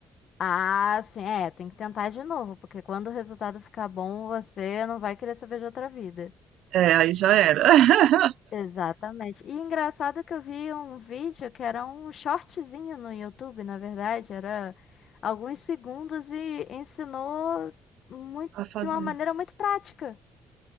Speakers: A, on the left; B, on the right.
A: Ah, sim, é, tem que tentar de novo, porque quando o resultado ficar bom, você não vai querer saber de outra vida.
B: É, aí já era. <laughs>
A: Exatamente. E engraçado que eu vi um vídeo que era um shortzinho no YouTube, na verdade, era alguns segundos e ensinou muito,
B: A fazer.
A: de uma maneira muito prática.